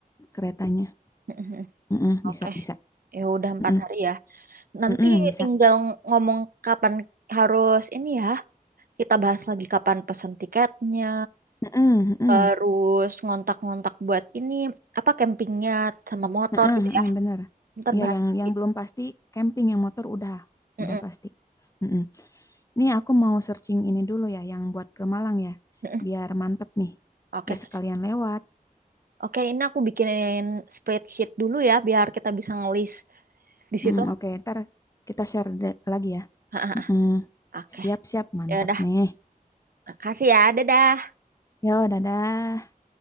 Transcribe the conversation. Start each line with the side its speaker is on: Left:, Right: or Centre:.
Left: keretanya.
Right: Mm-mm.
Left: Mm-mm,
Right: Oke,
Left: bisa bisa.
Right: ya udah empat
Left: Mm-mm,
Right: hari ya. Nanti
Left: mm-mm, bisa.
Right: tinggal ng- ngomong kapan harus ini ya. Kita bahas lagi kapan pesan tiketnya,
Left: Mm-mm, mm-mm,
Right: terus ngontak-ngontak buat ini apa campingnya sama motor
Left: mm-mm,
Right: gitu
Left: mm-mm,
Right: ya.
Left: bener.
Right: Ntar
Left: Iya
Right: bahas
Left: yang
Right: lagi.
Left: yang belum pasti camping yang motor udah
Right: Mm-mm.
Left: udah pasti. Mm-mm. Ini aku mau searching ini dulu ya yang buat ke Malang ya.
Right: Mm-mm.
Left: Biar mantep nih.
Right: Oke,
Left: Biar sekalian lewat.
Right: Oke, ini aku bikinin spreadsheet dulu ya, biar kita bisa ngelis di situ
Left: Mm, oke, ntar kita share de- lagi ya.
Right: <laughs>
Left: Mm-mm.
Right: Oke,
Left: Siap-siap, mantap
Right: ya udah.
Left: nih.
Right: Makasih ya. Dadah.
Left: Yo, dadah.